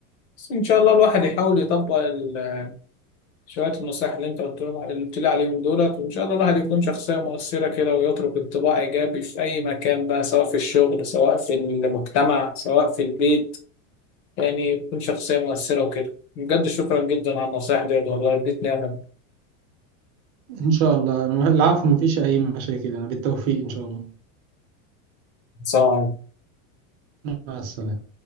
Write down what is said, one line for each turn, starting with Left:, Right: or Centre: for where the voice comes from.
Left: بس ان شاء الله الواحد يحاول يطبق ال- شويه النصائح اللي انت قلت لهم اللي قلت لي عليهم دولت وان شاء الله الواحد يكون شخصيه مؤثره كده ويترك انطباع ايجابي في اي مكان بقى سواء في الشغل سواء في المجتمع سواء في البيت يعني يكون شخصيه مؤثره وكده بجد شكرا جدا على النصائح ديت والله اديتني انا
Right: ان شاء الله العفو مفيش اي مشاكل انا بالتوفيق ان شاء الله
Left: سواء
Right: مع السلامه